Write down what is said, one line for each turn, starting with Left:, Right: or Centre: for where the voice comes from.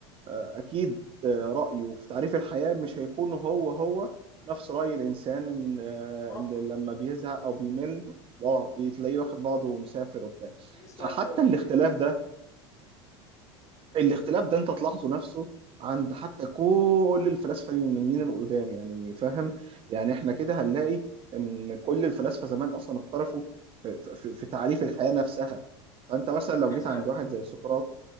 Right: آه اكيد آه، رأيه في تعريف الحياة مش هيكون هو هو نفس رأي الإنسان إن آه،
Left: المرفه
Right: إن لما بيزهق أو بيمل أه بتلاقيه واخد بعضه ومسافر وبتاع
Left: بيسافر
Right: فحتى
Left: بي...
Right: الاختلاف ده الاختلاف ده انت تلاحظه نفسه عند حتى كل الفلاسفه اليونانيين القدام يعني فاهم يعني احنا كده هنلاقي ان كل الفلاسفه زمان اصلا اختلفوا في, في, في تعريف الحياه نفسها فانت مثلا
Left: طب اديني
Right: لو جيت
Left: مثال
Right: عند واحد زي سقراط